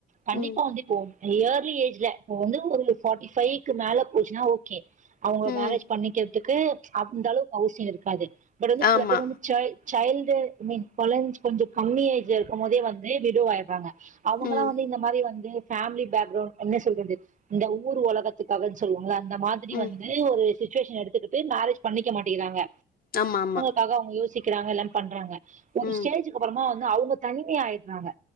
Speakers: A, on the right (about 40°); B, on the left (about 45°).
A: கண்டிப்பா
B: ம்,
A: வந்து இப்போ இயர்லி ஏஜ்ல இப்ப வந்து ஒரு ஃபோர்ட்டி ஃபைவ்க்கு மேல போச்சுன்னா ஓக் கே அவுங்ளுக்
B: ம்.
A: மேரேஜ் பண்ணிக்கிறதுக்கு அந்த அளவுக்கு அவசிய இருக்காது பட் வந்து சில
B: ஆமா.
A: பேத்துக்கு வந்து சைல் சைல்டு மீன் கொழஞ்ச கொஞ்சோ கம்மி ஏஜ்ல இருக்கு போதே வந்து விடோவய்டுறாங்க அவுங்கலா
B: ம்,
A: வந்து இந்த மாரி வந்து ஃபேமிலி பேக்ரவுண்ட் என்ன சொல்றது இந்த ஊர் உலகத்துக்காக சொல்லுவாங்க அந்த மாதிரி
B: ம்.
A: வந்து ட்டு ஒரு சிச்சுவேஷன் எடுத்துக்கிட்டு மேரேஜ் பண்ணிக்க மாட்டேங்கிறாங்க
B: ஆமா ஆமா
A: காக அவுங்க யோசிக்கிறாங்க எல்ல பண்றாங்க ஒரு
B: ம்,
A: ஸ்டேஜக்கு அப்றோமா வந்து அவுங்க தனி ஆய்டுறாங்க